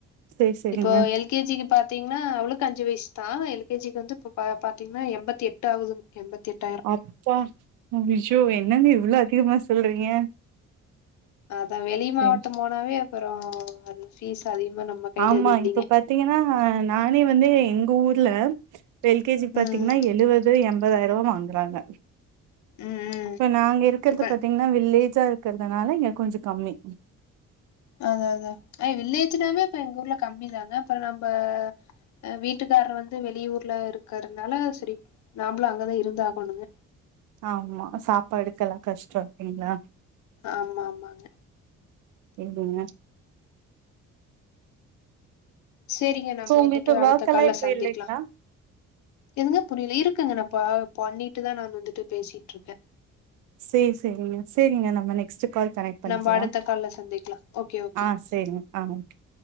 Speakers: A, on the right (about 85°); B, on the left (about 70°).
A: சேரி சேரிங்க
B: இப்போ எல் கே ஜிக்கு பாத்தீங்னா அவளுக்கு அஞ்சு வயசுதா எல் கே ஜிக்கு வந்து இப்ப ப பாத்தீங்னா எம்பத்தி எட்டு ஆவுதுங் எண்பத்தி எட்டு
A: அப்பா ஐய்யோ என்னங்க இவ்ளோ அதிகமா சொல்றீங்க
B: அதா வெளி மாவட்டம்
A: சரி.
B: போனாவே அப்பறோ அது ஃபீஸ் அதிகமா நம்ம கையில
A: ஆமா
B: எது இல்லைங்க
A: இப்ப பாத்தீங்கனா நானே வந்து எங்க ஊர்ல எல் கே ஜி பாத்தீங்னா
B: ம்
A: எழுவது எண்பதாயிரரூவா வாங்குறாங்க
B: ம் ம்
A: இப்ப நாங்க இருக்கறது
B: இப்ப
A: பாத்தீங்கன்னா வில்லேஜா இருக்கறதுனால இங்க கொஞ்சோ கம்மி
B: அதா அதா அ வில்லேஜ்னாவே இப்ப எங்க ஊர்ல கம்மிதாங்க அப்பறோ நம்ப அ வீட்டுக்காரர் வந்து வெளியூர்ல இருக்கறதுனால சேரி நாம்மளு அங்கதா இருந்தாகணுங்க
A: ஆமா, சாப்பாடுக்கெல்லா கஷ்டோ இல்லைங்ளா
B: ஆமா ஆமாங்க
A: எங்கங்க
B: சேரிங்க நம்ப
A: சோ
B: வந்துட்டு
A: உங்களுக்கு
B: அடுத்த
A: ஒர்க்
B: கால்ல
A: எல்லா இப்ப
B: சந்திக்லா
A: இல்லைங்களா
B: எதுங்க புரில இருக்குங்க நா ப பண்ணிட்டுதா நா வந்துட்டு பேசிட்டு இருக்கே
A: சேரி, சேரிங்க, சேரிங்க நம்ம நெக்ஸ்ட் கால் கனக்ட் பண்ணிக்லா
B: நம்ம அடுத்த கால்ல சந்திக்கலா ஓகே ஓகேங்க
A: ஆ செரிங் ஆ ஓகே